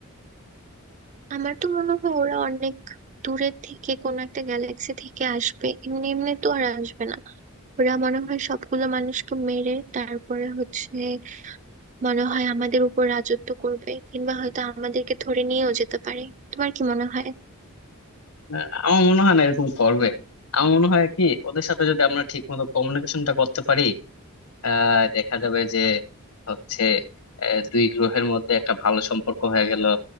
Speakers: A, on the right; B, on the left.
A: আমার তো মনে হয় ওরা অনেক দূরের থেকে কোনো একটা গ্যালাক্সি থেকে আসবে এমনি এমনি তো আর আসবে না ওরা মনে হয় সবগুলো মানুষকে মেরে তারপরে হচ্ছে মনে হয় আমাদের উপর রাজত্ব করবে কিংবা হয়তো আমাদেরকে ধরে নিয়েও যেতে পারে তোমার কি মনে হয়
B: আহ, আমার মনে হয় না এরকম করবে আমার মনে হয় কি ওদের সাথে যদি আমরা ঠিক মতো কমিউনিকেশনটা করতে পারি আহ দেখা যাবে যে হচ্ছে আহ, দুই গ্রহের মধ্যে একটা ভালো সম্পর্ক হয়ে গেল